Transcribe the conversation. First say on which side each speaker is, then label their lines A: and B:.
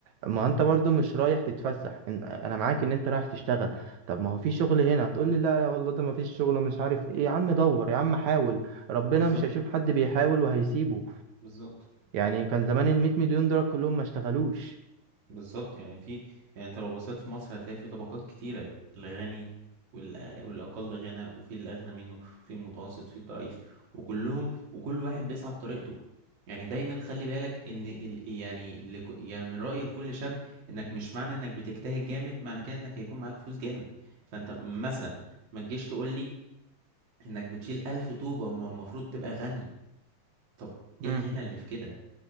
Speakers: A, on the right; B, on the right.
A: ما انت برضو مش رايح تتفسح إن- انا معاك ان انت رايح تشتغل طب ما هو في شغل هنا هتقول لي لا يا والله ده ما فيش شغل مش عارف ايه يا عم دور يا عم حاول ربنا
B: بالظبط
A: مش هيشوف حد بيحاول وهيسيبه
B: بالظبط
A: يعني كان زمان ال 100 مليون دولار كلهم ما اشتغلوش
B: بالظبط يعني في يعني انت لو بصيت في مصر هتلاقي في طبقات كتيرة الغني والأ- والأقل غنى وفي الأغنى منه في المتوسط في الضعيف وكلهم وكل واحد بيسعى بطريقته يعني دايما خلي بالك ان ال... يعني لك... يعني من رأيي لكل شاب انك مش معنى انك بتجتهد جامد معنى كده انك هيكون معاك فلوس جامد فانت مثلا ما تجيش تقول لي انك بتشيل ألف طوبة ما المفروض تبقى غني طب ايه
A: امم
B: الغنى اللي في كده